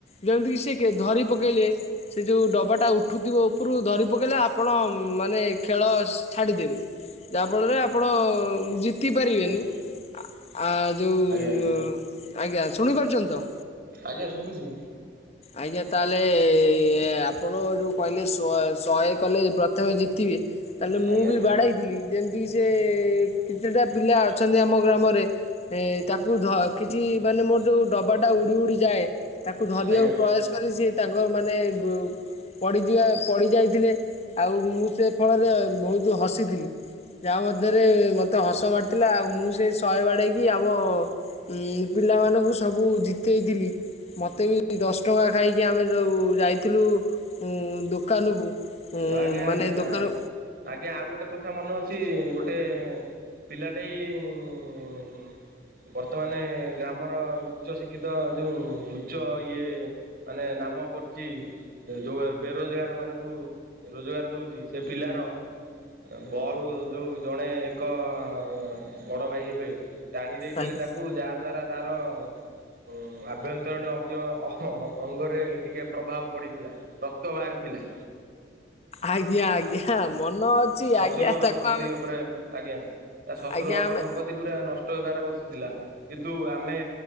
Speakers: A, on the left; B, on the right.
A: ଯେମିତିକି ସେ କେ ଧରି ପକେଇଲେ ସେ ଯଉ ଡବାଟା ଉଠୁଥିବ ଉପରକୁ ଧରି ପକେଇଲେ, ଆପଣ ମାନେ ଖେଳ ସ ଛାଡ଼ିଦେବେ। ଯାହାଫଳରେ ଆପଣ ଜିତ୍ ତି ପାରିବେନି।
B: ଚାରି
A: ଆ ଯୋଉ
B: ଆଜ୍ଞା
A: ମୁଁ ଆଜ୍ଞା ଶୁଣିପାରୁଛନ୍ତି ତ?
B: ଆଜ୍ଞା, ଶୁଭୁଛିି।
A: ଆଜ୍ଞା, ତାହେଲେ-ଏ ଆପଣ ଯୋଉ କହିଲେ ‍ସ୍ଵ ଶହେ କଲେ ପ୍ରଥମେ ଜିତିବେ। ତାହେଲେ ମୁଁ
B: ଆଜ୍ଞା
A: ବି ବାଡ଼େଇଥିଲି। ଯେମିତିକି ସିଏ, କିତିଟା ପିଲା ଅଛନ୍ତି, ଆମ ଗ୍ରାମରେ। ଏ ତାକୁ ଧ କିଛି ମାନେ, ମୋର ଯୋଉ ଡବାଟା ଉଡି ଉଡି ଯାଏ। ତାକୁ ଧରିଆକୁ
B: ଆଜ୍ଞା
A: ବୟସ କରି ସି ତାଙ୍କର ମାନେ ଗୋ ପଡ଼ିଯିବା ପଡ଼ିଯାଇଥିଲେ, ଆଉ ମୁଁ ସେ ଫଳରେ ବହୁତ ହସି ଥିଲି। ଯାହା ମଧ୍ୟରେ ମତେ ହସ ମାଡ଼ିଥିଲା। ଆଉ ମୁଁ ସେ ଶହେ ବାଡ଼େଇକି ଆମ ଉଁ ପିଲାମାନଙ୍କୁ ସବୁ ଜିତେଇଥିଲି। ମତେ ବି ଦଶ ଟଙ୍କା ଖାଇକି ଆମେ ଯଉ ଯାଇଥିଲୁ, ଉଁ ଦୋକାନକୁ। ହୁଁ-ଉଁ
B: ଆଜ୍ଞା
A: ମାନେ
B: ଆଜ୍ଞା
A: ଦୋକାନ
B: ଆଜ୍ଞା, ଆଉ ଗୋଟେ କଥା ମନେ ଅଛି? ଗୋଟେଁ ପିଲାଟେଇ-ଇଁ ବର୍ତ୍ତମାନେ ଗ୍ରାମର ଉଚ୍ଚ ଶିକ୍ଷିତ, ଯୋଉଁ ଉଚ୍ଚ ଇଏ ମାନେ ନାମ କରିଚି, ଯୋଉ ବେରୋଜଗାର ମାନଙ୍କୁ ରୋଜଗାର ଦଉଛି। ସେ ପିଲାର ବଲ୍ ଯୋଉ ଜଣେ ଏକ-ଅ ବଡ ଭାଇ ହେବେ। ଟାଣି ଦେଇଥିଲେ
A: ଆଜ୍ଞା
B: ତାକୁ, ଯାହା ଦ୍ଵାରା ତାର ହୁଁ, ଆଭ୍ୟନ୍ତରୀଣ ଅଜ୍ଞ ଅଙ୍ଗରେ ଟିକେ ପ୍ରଭାବ ପଡିଥିଲା। ରକ୍ତ ବାହାରିଥିଲା।
A: ଆଜ୍ଞା, ଆଜ୍ଞା। ମନ ଅଛି,
B: ଶ୍ୱଶୁରର
A: ଆଜ୍ଞା, ତାକୁ
B: ସମ୍ପତ୍ତି
A: ଆମେ
B: ଉପରେ ଆଜ୍ଞା। ତା ଶଶୁରର
A: ଆଜ୍ଞା ଆମେ
B: ସମ୍ପତ୍ତି ପୁରା ନଷ୍ଟ ହେବାରେ ବସିଥିଲା। କିନ୍ତୁ ଆମେ